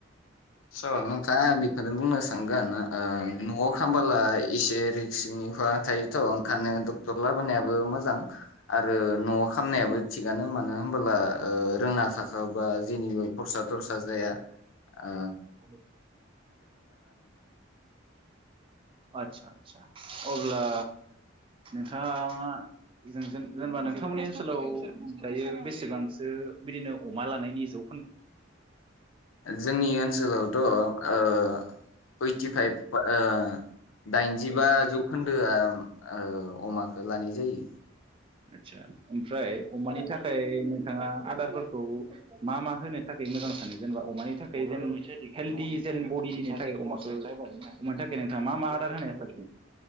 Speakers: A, on the left; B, on the right.
A: स' नोंथाङा बेखौनो बुंनो थांगोना ओ न'आव खालामामबोला इसेरै सिंनिफा थायोथ' ओंखानो ट-टर लाबोनायाबो मोजां। आरो न'आव खामनायाबो थिगानो मानो होनोब्ला ओ रोंना थाखाबा जेनिबो खरसा थरसा जाया आ
B: <inaudible> आदसा आदसा अब्ला नोंथाङा जों जेनेबा नोंथांमोननि ओनसोलाव दायो बेसेबांसो बिदिनो अमा लानायनि जौ
A: जोंनि ओनसोलावथ' ओ ओइटि फाइभ ओ दाइनजिबा जौखोनदोआ ओ अमाखो लानाय जायो।
B: आदसा ओमफ्राय अमानि थाखाय नोंथाङा आदारफोरखौ मा मा होनो थाखाय मोजां जेनेबा अमानि थाखाय <unintelligible> हेल्डि जेन बडिनि थाखाय अमाखौ अमानि थाखाय नोंथाङा मा मा आदार होनाय साबसिन